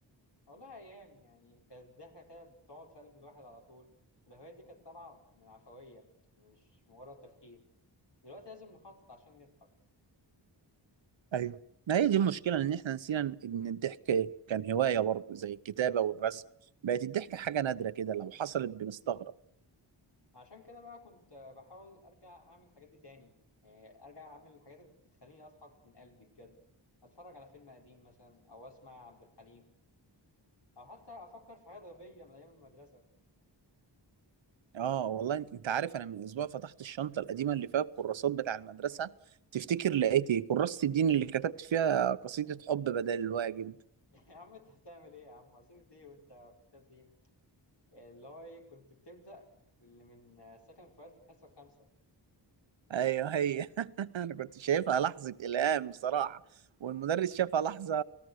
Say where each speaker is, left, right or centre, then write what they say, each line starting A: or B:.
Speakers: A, on the left; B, on the right.
A: والله ايام يعني كانت ضحكه كده بتقعد في قلب الواحد على طول الهوايه دي كانت طالعه من عفويه مش مجرد تفكير دلوقتي لازم نخطط عشان نضحك
B: ايوه ما هي دي المشكله ان احنا نسينا ان الضحك كان هوايه برضه زي الكتابه والرسم بقت الضحكه حاجه نادره كده لو حصلت بنستغرب
A: عشان كده بقى كنت بحاول ارجع اعمل الحاجات دي تاني يعني ارجع اعمل الحاجات اللي بتخليني اضحك من قلبي بجد اتفرج على فيلم قديم مثلا او اسمع عبد الحليم او حتى افكر في حاجات غبيه من ايام المدرسه
B: اه والله انت انت عارف انا من اسبوع فتحت الشنطه القديمه اللي فيها الكراسات بتاع المدرسه تفتكر لقيت ايه كراسه الدين اللي كتبت فيها قصيده حب بدل الواجب
A: <laughs> يا عم انت بتعمل ايه يا عم عصير ايه وانت في كتاب دين يعني اللي هو ايه كنت بتبدأ اللي من سكن فؤاد في الحصة الخامسة
B: ايوه هي <laughs> انا كنت شايفها لحظه الهام بصراحه والمدرس شافها لحظه